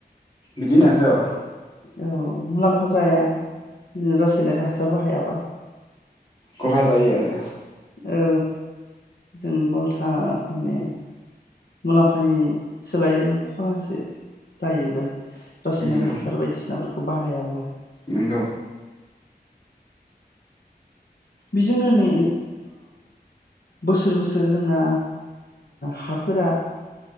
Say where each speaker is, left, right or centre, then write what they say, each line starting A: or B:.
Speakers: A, on the left; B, on the left.
A: बिदिनो दाथ'
B: औ मुलामफा जाया। जों रासायनारि हासार बाहायाबा
A: खहा जायो आरो।
B: औ जों उलथा माने मुलामफानि सोलायैजों खहासो जाहैबाय। रासायनारि
A: नंगौ
B: हासार बायदिसिनाफोरखौ खौ बाहायाब्ला
A: नंगौ
B: बेजोंनो नै बोसोर बोसोर जोंना हा फोरा